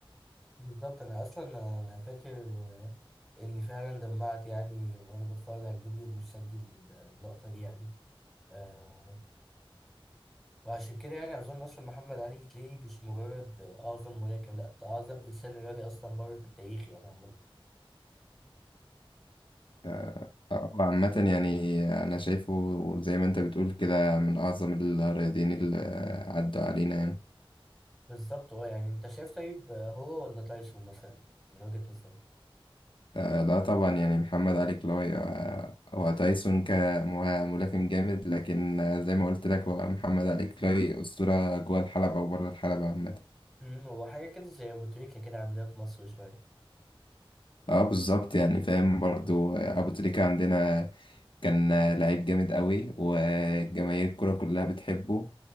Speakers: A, in the centre; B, on the left.
A: بالظبط انا اصلا انا فاكر آه، اني فعلا دمعت يعني وانا بتفرج على الفيديو المسجل لل- اللقطة دي يعني آه وعشان كده يعني اظن اصلا محمد علي كلاي مش مجرد اعظم ملاكم لا ده اعظم انسان رياضي اصلا مر في التاريخ يعني عمد.
B: آه، آه، عامة يعني أنا شايفه زي ما أنت بتقول كده من أعظم الرياضيين اللي عدوا علينا يعني
A: بالظبط اه يعني انت شايف طيب آه، هو ولا تايسون مثلا من وجهة نظرك
B: آه، لا طبعا يعني محمد علي كلاي آه، هو تايسون كملاكم جامد لكن آه، زي ما قلت لك هو محمد علي كلاي أسطورة جوه الحلبة وبره الحلبة عامة
A: مم، هو حاجة كده زي أبو تريكة كده عندنا في مصر شوية
B: اه بالظبط يعني فاهم برضو آه، ابو تريكة عندنا كان آه، لعيب جامد قوي وجماهير الكرة كلها بتحبه